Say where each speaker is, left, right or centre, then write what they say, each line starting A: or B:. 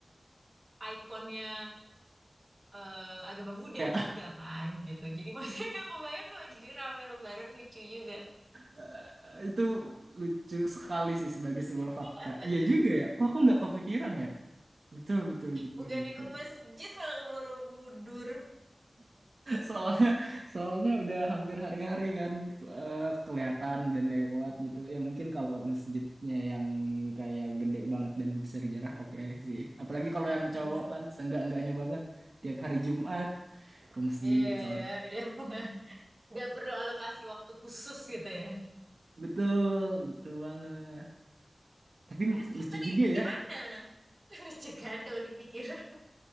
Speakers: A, on the right; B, on the right.
A: eh, ikonnya eh, agama Buddha
B: ya
A: juga kan gitu. Jadi <laughs> maksudnya gak kebayang kalau jadi rame lebaran lucu juga.
B: <laughs> itu lucu sekali sih sebagai sebuah
A: <laughs>
B: fakta. Iya juga ya. Kok aku nggak kepikiran ya? Betul betul betul
A: Bukannya
B: betul.
A: ke masjid malah ke Borobudur.
B: Soalnya, soalnya udah hampir hari-hari kan eh, kelihatan dan lewat gitu. Ya mungkin kalau masjidnya yang kayak gede banget dan bersejarah, oke sih. Apalagi kalau
A: Hmm,
B: yang cowok kan seenggak-enggaknya banget tiap hari Jumat ke masjid
A: Iya,
B: sholat.
A: udah <laughs> nggak perlu alokasi waktu khusus gitu ya.
B: Betul, betul banget. Tapi
A: Terus terus
B: lucu
A: tadi
B: juga ya.
A: gimana? <laughs> Lucu kan kalau dipikir. <laughs>